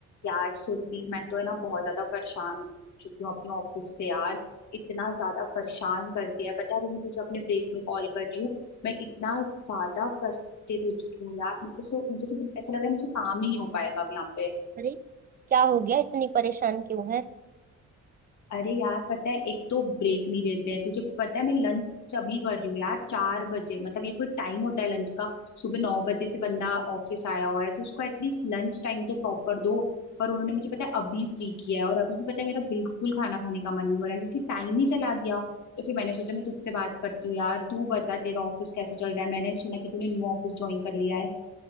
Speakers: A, on the left; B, on the right.
A: यार सुरभि मैं तो है ना बहुत ज्यादा परेशान हो चुकी हूँ अपने ऑफिस से यार इतना ज्यादा परेशान कर दिया है पता है अभी मैं तुझे अपने ब्रेक में कॉल कर रही हूँ मैं इतना ज्यादा फ्रस्ट्रेट हो चुकी हूँ यार मुझे तो मुझे तो बिल- ऐसा लग रहा है मुझे काम ही नहीं हो पाएगा अब यहाँ पे
B: अरे क्या हो गया इतनी परेशान क्यों है
A: अरे यार पता है एक तो ब्रेक नहीं देते हैं तुझे पता है मैं लंच अभी कर रही हूँ यार चार बजे मतलब ये कोई टाइम होता है लंच का सुबह नौ बजे से बंदा ऑफिस आया हुआ है तो उसको एटलीस्ट लंच टाइम तो प्रॉपर दो पर उन्होंने मुझे पता है अभी फ्री किया है और अभी भी पता है मेरा बिल्कुल खाना खाने का मन नहीं हो रहा है क्योंकि टाइम ही चला गया तो फिर मैंने सोचा मैं तुझसे बात करती हूँ यार तू बता तेरा ऑफिस कैसे चल रहा है मैंने सुना कि तूने न्यू ऑफिस ज्वाइन कर लिया है